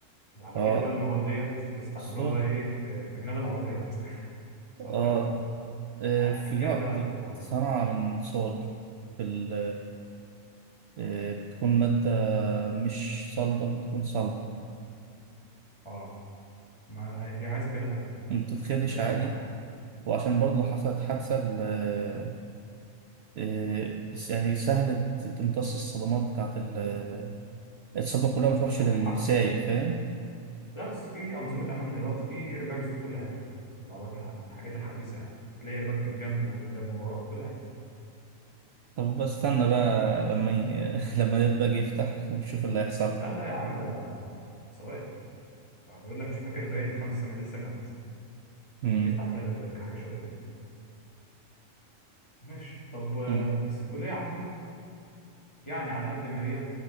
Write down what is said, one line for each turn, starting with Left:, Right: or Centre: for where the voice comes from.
Left: على
Right: اه
Left: كده بقى المواد ديت يستعملوها
Right: صلد
Left: بقى ايه في في جناب العربيات <laughs> اكتر
Right: اه
Left: حاجه
Right: آه،
Left: الحكات
Right: في جامعة
Left: بقى
Right: بت-
Left: بتاعت العربيات
Right: صنعة من صلد في ال- آه، بتكون مادة مش صلدة بتكون صلبة
Left: اه ما هي هي عايزه كده فعلا
Right: ما بتتخدش
Left: ده اللي
Right: عادي
Left: ينفع معاها
Right: وعشان برضه لو حصلت حادثة ال- آه، آه، بس يعني سهل ت- تمتص الصدمات بتاعت ال- آه، الصدمة كلها ما تروحش
Left: بتاعت
Right: للسايق
Left: الحادثه
Right: فاهم
Left: لا بس في انظمه امان دلوقتي في ايرباجز في كل حته في العربيات الح- الحاجات الحديثه يعني تلاقي ايرباج في الجنب وقدام وورا في كل حته
Right: طب بستنى بقى لما ي... <laughs> لما الباج يفتح ونشوف اللي هيحصل
Left: لا
Right: لك
Left: لا يا عم ده ثواني ده بيقول لك مش فاكر باين 5 مللي سكند
Right: امم
Left: بيفتح فيها الإيرباج حاجه شبه كده ماشي طب آه،
Right: امم
Left: بس الكليه عندي يعني على قد ما هي